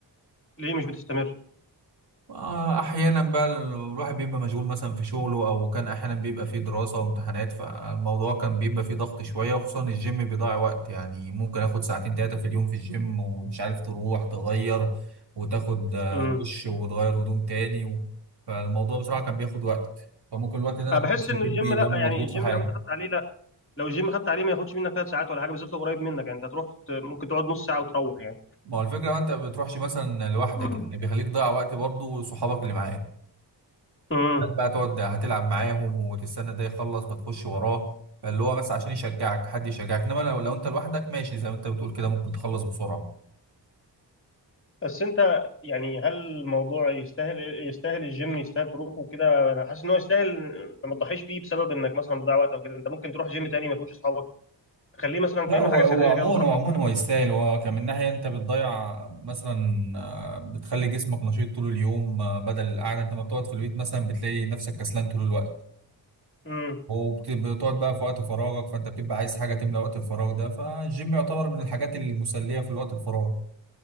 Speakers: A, on the left (about 30°); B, on the right (about 60°).
A: ليه مش بتستمر
B: آه، احيانا بقى الواحد بيبقى مشغول مثلا في شغله او كان احيانا بيبقى فيه دراسه وامتحانات فالموضوع كان بيبقى فيه ضغط شويه وخصوصا الجيم بيضيع وقت يعني ممكن اخد ساعتين تلاتة في اليوم في الجيم ومش عارف تروح تغير وتاخد آه،
A: امم
B: دش وتغير هدوم تاني و... فالموضوع بصراحه كان بياخد وقت فممكن الوقت ده انا
A: انا
B: كنت
A: بحس
B: استفيد
A: انه الجيم
B: بيه
A: لا
B: لانه
A: يعني
B: مضغوط
A: الجيم
B: في حاجه
A: لو انت خدت عليه لا لو الجيم خدت عليه ما ياخدش منك ثلاث ساعات ولا حاجه بالذات لو قريب منك يعني انت هتروح ت- ممكن تقعد نص ساعه وتروح يعني
B: ما هو الفكرة ما انت ما بتروحش مثلا لوحدك
A: مم.
B: يعني بيخليك تضيع وقت برضه وصحابك اللي معاك
A: امم
B: هات بقى تقعد هتلعب معاهم وتستنى ده يخلص فتخش وراه اللي هو بس عشان يشجعك حد يشجعك انما لو, لو انت لوحدك ماشي زي ما انت بتقول كده ممكن تخلص بسرعة
A: بس انت يعني هل الموضوع يستاهل يستاهل الجيم يستاهل تروحه كده انا حاسس ان هو يستاهل فما تضحيش بيه بسبب انك مثلا بتضيع وقت او كده انت ممكن تروح جيم تاني ما فيهوش اصحابك تخليه مثلا
B: لا
A: كانه
B: هو
A: حاجه
B: هو
A: سريه
B: عموما
A: كده بتروح
B: هو عموما هو يستاهل هو كان من ناحية انت بتضيع مثلا آه، بتخلي جسمك نشيط طول اليوم آه، بدل القعدة انت ما بتقعد في البيت مثلا بتلاقي نفسك كسلان طول الوقت
A: امم
B: وبتقعد بقى في وقت فراغك فانت بتبقى عايز حاجه تملى وقت الفراغ ده فالجيم يعتبر من الحاجات المسليه في الوقت الفراغ